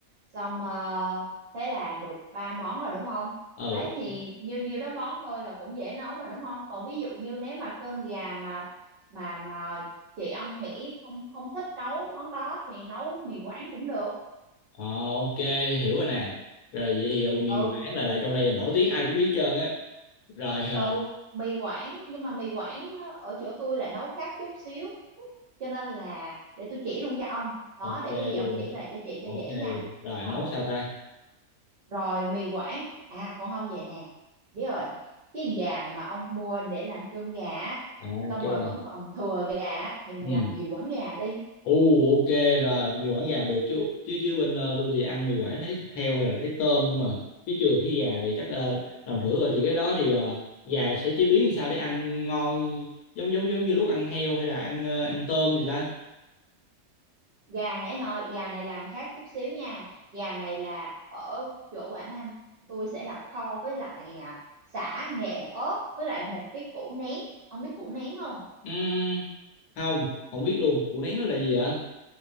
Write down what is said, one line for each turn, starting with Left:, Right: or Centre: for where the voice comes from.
Right: xong ờ, thế là được ba món rồi đúng không
Left: ừ
Right: đấy thì nhiêu nhiêu đó món thôi là cũng dễ nấu mà đúng không còn ví dụ như nếu mà cơm gà mà mà mà chị ông nghĩ không không thích nấu món đó thì nấu mì Quảng cũng được
Left: Ờ, ok hiểu rồi nè rồi vậy thì ờ, mì
Right: ừ
Left: Quảng là là trong đây là nổi tiếng ai cũng biết hết trơn á rồi ờ,
Right: ừ mì Quảng nhưng mà mì Quảng ở chỗ tôi lại nấu khác chút xíu cho nên là để tôi chỉ luôn cho ông đó
Left: ok
Right: để cái gì ông
Left: luôn
Right: chỉ là cho chị cho
Left: ok
Right: dễ nha
Left: rồi
Right: Ờ,
Left: nấu sao ta
Right: rồi mì quảng à còn không vậy nè biết rồi cái gà mà ông mua để làm cơm gà á,
Left: à
Right: xong
Left: ok
Right: rồi vẫn
Left: này
Right: còn thừa gà á, thì mình
Left: ừ
Right: làm mì quảng gà đi
Left: u ok rồi mì quảng gà được chứ chứ chứ bên ờ, tôi thì ăn mì quảng thấy heo hay là thấy tôm không mà chứ chưa được thấy gà thì chắc ờ, làm thử rồi thì cái đó thì ờ, gà sẽ chế biến sao để ăn ngon giống giống giống như lúc ăn heo hay là ăn ờ, ăn tôm gì ta
Right: gà nãy hơi gà này làm khác chút xíu nha gà này là ở chỗ Quảng Nam tôi sẽ là kho với lại à, sả nghệ ớt với lại một cái củ nén ông biết củ nén không
Left: Ừm, không không biết luôn củ nén nó là gì ạ?